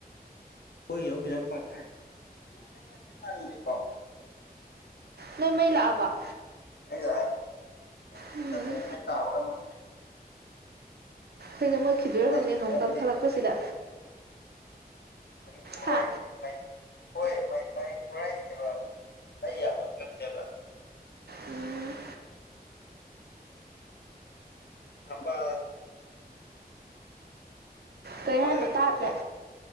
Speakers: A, on the left; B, on the right.
A: ꯈꯣꯏꯒꯤ ꯑꯃꯨꯛ ꯈꯤꯇꯪ ꯄꯥꯊꯔꯛ ꯅꯣꯡ ꯈꯤꯇꯪ ꯄꯥꯊ ꯃꯥꯜꯂꯤꯀꯣ
B: ꯅꯣꯏ ꯃꯩ ꯂꯥꯛꯑꯕꯣ
A: ꯑꯩ ꯂꯥꯛꯑꯦ ꯃꯩꯖꯤꯅ
B: ꯎꯝ
A: ꯅꯣꯡ ꯍꯦꯛ ꯇꯥꯕꯒ ꯃꯨꯠꯄꯤ
B: ꯃꯩꯁꯨ ꯃꯨꯠꯈꯤꯗ꯭ꯔ
A: ꯃꯩꯒꯤ
B: ꯈꯪꯗꯦ ꯅꯣꯡ
A: ꯃꯔꯝꯗꯤ
B: ꯀꯪꯈꯠꯂꯛꯄꯁꯤꯗ
A: ꯃꯅꯤꯄꯨꯔ
B: ꯍꯥ
A: ꯍꯥꯏꯁꯤꯗꯤ ꯃꯩ ꯍꯣꯏ ꯃꯅꯤꯄꯨꯔ ꯍꯥꯏꯁꯤꯅꯦꯕ ꯃꯩ ꯌꯥꯝ ꯃꯨꯠꯀꯜꯂꯦꯕ
B: ꯎꯝ
A: ꯊꯝꯕꯥꯜ ꯊꯝꯕꯥꯜ
B: ꯀꯩ ꯍꯥꯏꯅꯣ
A: ꯍꯦꯛꯐꯝꯗ
B: ꯇꯥꯗ꯭ꯔꯦ